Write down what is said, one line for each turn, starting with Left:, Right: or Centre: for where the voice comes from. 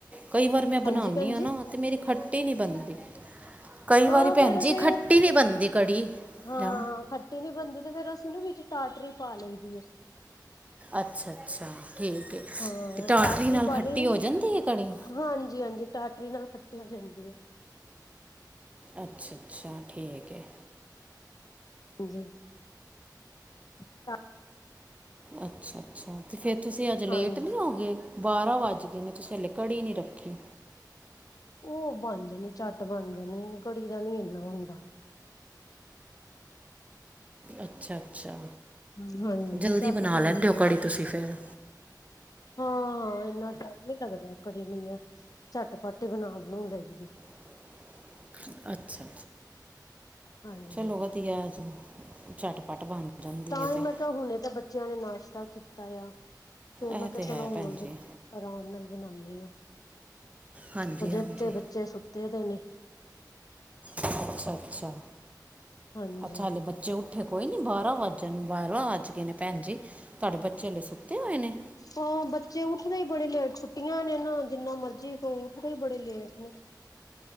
Right: ਕਈ ਵਾਰ ਮੈ
Left: ਹਾਂਜੀ
Right: ਬਣਾਨੀ
Left: ਭੈਣ
Right: ਆ ਨਾ
Left: ਜੀ
Right: ਤੇ ਮੇਰੀ ਖੱਟੀ ਨਹੀ ਬਣਦੀ ਕਈ
Left: ਹਾਂ
Right: ਵਾਰੀ ਭੈਣ
Left: ਫੇਰ
Right: ਜੀ
Left: ਅਸੀਂ
Right: ਖਟੀ ਨਈ ਬਨਦੀ ਕੜੀ
Left: ਹਾਂ
Right: ਨਾ
Left: ਖੱਟੀ ਨੀ ਬਣਦੀ ਤੇ ਫੇਰ ਅਸੀ ਨਾ ਵਿਚ ਟਾਟਰੀ ਪਾ ਲਈ ਦੀ ਆ
Right: ਅਛਾ, ਅਛਾ ਠੀਕ ਹੈ। ਅਤੇ
Left: ਹਾਂ
Right: ਟਾਟਰੀ ਨਾਲ
Left: ਪਾ
Right: ਖਟੀ
Left: ਲਈ ਦੀ
Right: ਹੋ
Left: ਹੈ।
Right: ਜਾਦੀ ਐ ਕੜੀ?
Left: ਹਾਂਜੀ ਹਾਂਜੀ ਟਾਟਰੀ ਨਾਲ ਖਟੀ ਹੋ ਜਾਦੀ ਆ।
Right: ਅੱਛਾ, ਅੱਛਾ ਠੀਕ ਐ।
Left: ਹਾਂਜੀ -
Right: ਅਛਾ, ਅਛਾ ਅਤੇ ਫਿਰ ਤੁਸੀ ਅਜ ਲੇਟ
Left: ਹਾਂਜੀ
Right: ਨਹੀ ਹੋਗੇ ਏ? ਬਾਰਾਂ ਵਜ ਗਏ ਤੁਸੀ ਅਜੇ ਕੜੀ ਨਹੀ ਰਖੀ
Left: ਉਹ ਬਣ ਜਾਣੀ ਚੱਟ ਬਣ ਜਾਣੀ ਕੜੀ ਦਾ ਨੀ ਇਨਾ ਨਹੀ ਹੁੰਦਾ
Right: ਅਛਾ, ਅਛਾ
Left: ਹਾਂਜੀ
Right: ਜਲਦੀ
Left: ਝੱਟ
Right: ਬਣਾ
Left: ਬਣ
Right: ਲੈਦੇ
Left: ਜਾਣੀ
Right: ਓ ਕੜੀ ਤੁਸੀ ਫੇਰ
Left: ਹਾਂ ਇਨਾ ਟਾਈਮ ਨੀ ਲਗਦਾ ਕੜੀ ਨੂੰ ਮੈ ਝਟਪਟ ਹੀ ਬਣਾ ਬਣਾਉਣ ਲਈ ਦੀ।
Right: <inaudible> ਅਛਾ- ਅਛਾ
Left: ਹਾਂਜੀ
Right: ਚਲੋ ਵਧੀਆ ਜੀ ਝੱਟ ਪੱਟ ਬਣ ਜਾਂਦੀ
Left: ਤਾਂ
Right: ਹੈ
Left: ਹੀ
Right: ਤੇ
Left: ਮੈਂ ਕਿਹਾ ਹੁਣੇ ਤਾਂ ਬੱਚਿਆਂ ਨੇ ਨਾਸ਼ਤਾ ਕੀਤਾ ਆ ਫਿਰ
Right: ਇਹ
Left: ਮੈਂ ਕਿਹਾ
Right: ਤੇ
Left: ਚਲੋ
Right: ਹੈ
Left: ਹੁਣ
Right: ਭੈਣ ਜੀ
Left: ਆਰਾਮ ਨਾਲ ਬਣਾਨੀ ਆ।
Right: ਹਾਂਜੀ
Left: ਹਜੇ
Right: ਹਾਂਜੀ
Left: ਅੱਦੇ ਬੱਚੇ ਸੁੱਤੇ ਪਏ ਨੇ।
Right: ਅੱਛਾ, ਅੱਛਾ,
Left: ਹਾਂਜੀ
Right: ਅੱਛਾ ਹਲੇ ਬੱਚੇ ਬੱਚੇ ਉੱਠੇ ਕੋਈ ਨਹੀਂ ਬਾਰਾਂ ਵੱਜਣ ਬਾਰਾਂ ਵੱਜ ਗਏ ਨੇ ਭੈਣ ਜੀ ਤੁਹਾਡੇ ਬੱਚੇ ਅੇ ਸੁੱਤੇ ਹੋਏ ਨੇ!
Left: ਹਾਂ ਬੱਚੇ ਉੱਠਦੇ ਹੀ ਬੜੇ ਲੇਟ ਛੁੱਟੀਆਂ ਨੇ ਨਾ ਜਿੰਨਾ ਮਰਜੀ ਕੋ ਉੱਠਦੇ ਹੀ ਬੜੇ ਲੇਟ ਨੇ।